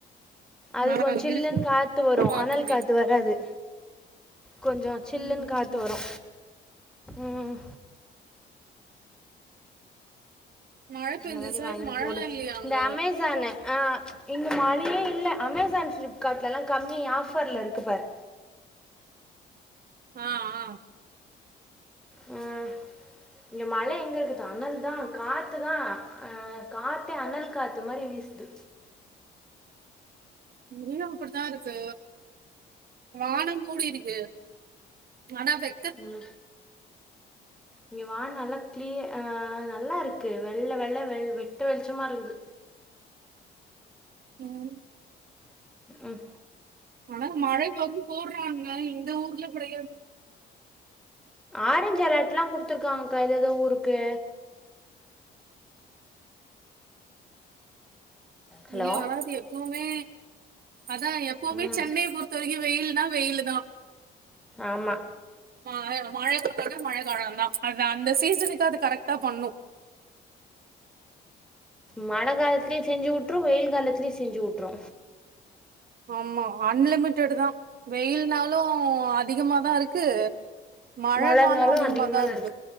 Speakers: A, in the centre; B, on the right.
A: அது
B: ஆ
A: கொஞ் சில்லுன்னு
B: இருக்கு
A: காத்து வரு
B: பாத்துருக்கே
A: அனல் காத்து வராது கொஞ்சோ சில்லுன்னு
B: ம் ம்
A: காத்து வரு ம்
B: மழ
A: அந்த
B: பெஞ்சுச்சா
A: மாரி வாங்கி
B: மழல்லா
A: போடு
B: இல்லையா அங்க
A: இந்த அமேசானு ஆ இங்கே மழையே இல்ல அமேசான் ப்ளிப்கார்ட்லலா கம்மி ஆஃபர்ல இருக்கு பார்
B: ஆ ஆ
A: ம் இங்க மழை எங்க இருக்குது அனல் தா காத்து தா ஆ காத்தே அனல் காத்து அந்த மாரி வீசுது
B: இங்கையு அப்டித்தா இருக்கு வானம் கூடி இருக்கு ஆனா வெக்
A: ம் இங்க வான் நல்லா கிளிய ஆ நல்லா இருக்கு வெள்ள வெள்ள வெ வெட்ட வெளிச்சமா இருக்குது
B: ம்
A: ம்
B: ஆனா மழை வரு போட்றாங்க இந்த ஊர்ல கெடையாது
A: ஆரஞ்ச் அலர்ட்லா குடுத்துருக்காங்கக்கா ஏதோ எதோ ஊருக்கு ஹலோ
B: இங்க வராது எப்வுமே அதா எப்வுமே
A: ம்
B: சென்னைய பொ ருத்த வரைக்கு வெயில்ன்னா வெயிலு தா
A: ஆமா
B: ம மழ காலனா மழ காலம்தா அது அந்த சீசனுக்கு அது கரெக்டா பண்ணு
A: மழ காலத்துலையு செஞ்சி வுட்ரு வெயில் காலத்துலையு செஞ்சி வுட்ரு
B: ஆமா அன்லிமிட்டட் தா வெயில்னாலு அதிகமாதா இருக்கு மழனாலு
A: மழைனாலும்
B: அதிகம
A: அதிகமாக
B: தா இருக்கு